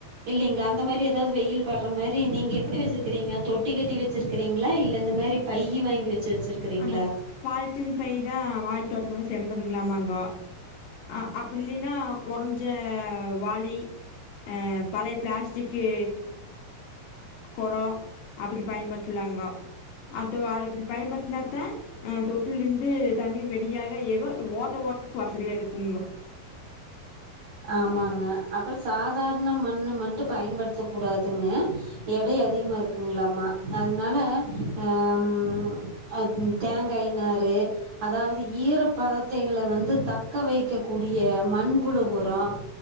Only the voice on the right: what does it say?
இல்லிங்ளா அந்த மாரி எதாவது வெயில் படுற மாரி நீங்க எப்டி வச்சிருக்றீங்க தொட்டி கட்டி வச்சிருக்றீங்ளா இல்ல இந்த மாரி பையி வாங்கி வச்சு வச்சிருக்றீங்ளா
ஆமாங்க அப்பற சாதாரண மண்ணு மட்டு பயன்படுத்த கூடாதுங்க எடை அதிகமா இருக்குங்களாமா அதனால ஹ ம் அத் தேங்காய் நாறு அதாவது ஈரப்பதத்தைங்கள வந்து தக்க வைக்க கூடிய மண்புழு உ உரோ